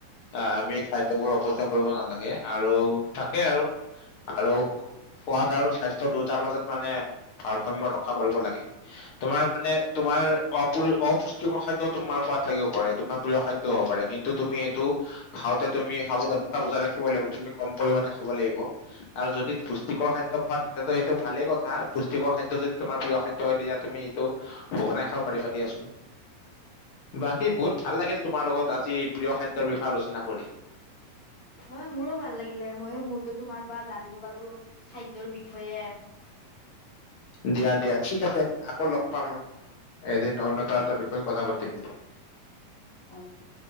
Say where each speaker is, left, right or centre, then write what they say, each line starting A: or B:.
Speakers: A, on the left (about 90°); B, on the left (about 30°).
A: অ আমি খাদ্য বোৰ অৱচয় কৰিব নালাগে আৰু থাকে আৰু আৰু সোৱাদ আৰু স্বাস্থ্য দুটাৰ মাজত মনে বাৰৰ্ষম্য ৰক্ষা কৰিব লাগে। তোমাৰ মানে তোমাৰ অপ-অপুষ্টিকৰ খাদ্যত তোমাৰ সোৱাদ লাগিব পাৰে, তোমাৰ প্ৰিয় খাদ্য হ'ব পাৰে কিন্তু তুমি এইটো খাওঁতে তুমি খাবদন্ত বজাই ৰাখিব লাগিব, তুমি কম পৰিমাণে খাব লাগিব। আৰু যদি পুষ্টিকৰ খাদ্য খোৱা তেতিয়াতো সেইটো ভালে কথা, পুষ্টিকৰ খাদ্য যদি তোমাৰ খাদ্য হয় তেতিয়া তুমি এইটো বনাই খাব পাৰিবা দিয়াচোন। বাকী
B: হয় হয়
A: বহুত ভাল লাগিল তোমাৰ লগত আজি প্ৰিয় খাদ্যৰ বিষয়ে আলোচনা কৰি।
B: হয় মোৰো ভাল লাগিলে ময়ো বহুতো তোমাৰ পা জানিব পালো খাদ্যৰ বিষয়ে
A: দিয়া দিয়া ঠিক আছে আকৌ লগ পাম, এদিন অন্যটো
B: দিয়া
A: এটা
B: দিয়া
A: বিষয় কথা পাতিম দিয়া।
B: অ দিয়া।